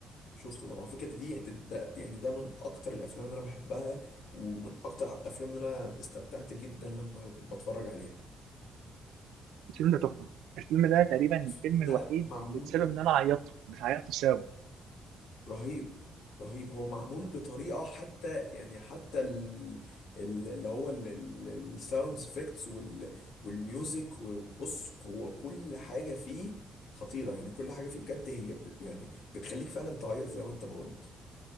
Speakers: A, on the left; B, on the right.
A: شفته طبعا فكرة دي, دي, ده- دي يعني ده من اكتر الافلام اللي انا بحبها ومن اكتر الافلام اللي انا استمتعت جدا لما بتفرج عليها
B: الفيلم ده تحفه الفيلم ده تقريبا الفيلم
A: الفيلم
B: الوحيد
A: ده معمول
B: اللي بسبب ان انا عيطته مش عيطت بسببه
A: رهيب رهيب هو معمول بطريقة حتى يعني حتى ال- ال- اللي هو الساوند افكتس والميوزك وبص هو كل حاجة فيه خطيرة يعني كل حاجة فيه بجد هي بت يعني بتخليك فعلا تعيط زي ما انت ما قلت